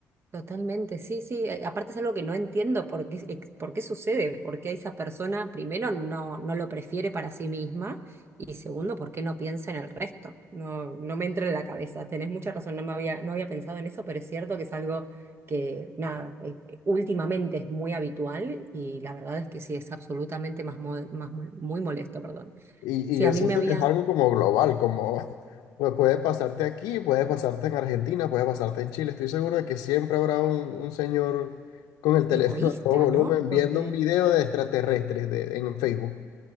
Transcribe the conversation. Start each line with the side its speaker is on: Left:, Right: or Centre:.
Right: Totalmente, sí, sí. eh, Aparte es algo que no entiendo por qué, ex- por qué sucede, por qué esa persona primero no, no lo prefiere para sí misma y segundo, por qué no piensa en el resto. No, no me entra en la cabeza. Tenés mucha razón, no me había, no había pensado en eso, pero es cierto que es algo que, nada, eh, eh, últimamente es muy habitual y la verdad es que sí, es absolutamente más, mo- más mo- muy molesto, perdón.
Left: Y,
Right: Sí,
Left: y yo
Right: a mí
Left: siento
Right: me había
Left: que es algo como global, como <laughs> pues, puede pasarte aquí, puede pasarte en Argentina, puede pasarte en Chile. Estoy seguro de que siempre habrá un, un señor con el <laughs> teléfono
Right: egoísta,
Left: a todo volumen
Right: ¿no? Porque
Left: viendo un video de extraterrestres de, en Facebook.